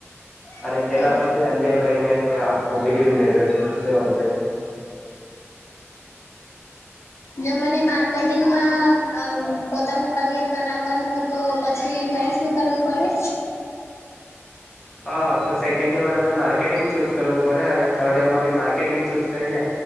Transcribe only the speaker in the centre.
અને
તેના પરથી એમબી એ કરીને આખું ડિગ્રી મેળવે લેવાનું રહે.
હ તો સેકન્ડ યરમાં તમને માર્કેટિંગ ચુસ કરવું પડે અને થર્ડ યરમાં બી માર્કેટિંગ ચુસ કરીને,